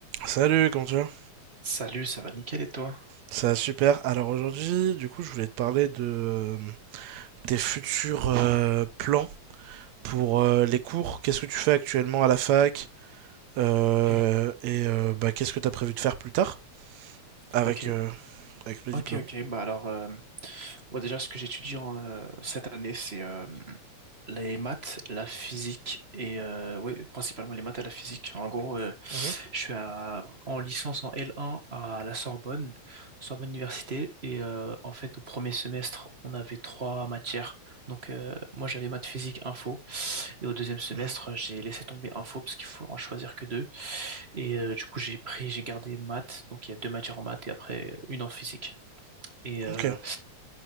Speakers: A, on the right; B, on the right.
A: Salut, comment tu vas?
B: Salut, ça va nickel et toi?
A: Ça va super. Alors aujourd'hui, du coup, je voulais te parler de euh, tes futurs euh, plans pour euh, les cours. Qu'est-ce que tu fais actuellement à la fac? Euh,
B: Ok,
A: et euh, bah, qu'est-ce que tu as prévu de faire plus tard avec,
B: ok,
A: euh, avec le
B: ok,
A: diplôme?
B: ok. Bah alors, euh, Moi, déjà, ce que j'étudie en, euh, cette année, c'est euh, les maths, la physique et euh, oui, principalement les maths et la physique. En gros, euh,
A: Mhm,
B: je suis à- en licence en L1 à la Sorbonne, Sorbonne Université, et euh, en fait, au premier semestre, on avait trois matières. Donc, euh, moi, j'avais maths, physique, info, et au deuxième semestre,
A: mhm.
B: j'ai laissé tomber info parce qu'il faut en choisir que deux. Et euh, du coup, j'ai pris, j'ai gardé maths, donc il y a deux matières en maths et après euh, une en physique. Et euh,
A: Ok.